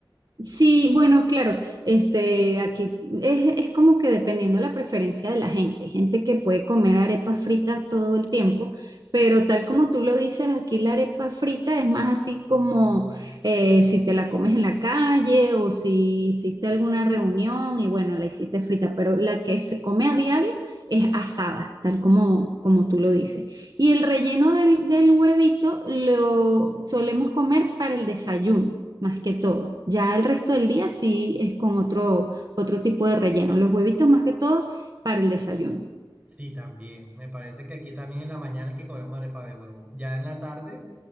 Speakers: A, on the right; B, on the right.
A: Sí, bueno, claro, este, aquí es, es como que dependiendo de la preferencia de la gente. Hay gente que puede comer arepas fritas todo el tiempo, pero tal como tú lo dices, aquí la arepa frita es más así como eh, si te la comes en la calle o si hiciste alguna reunión y bueno, la hiciste frita, pero la que se come a diario es asada, tal como, como tú lo dices. Y el relleno del, del huevito lo solemos comer para el desayuno más que todo. Ya el resto del día sí es con otro, otro tipo de relleno. Los huevitos más que todo para el desayuno.
B: Sí, también. Me parece que aquí también en la mañana es que comemos arepa de huevo. Ya en la tarde,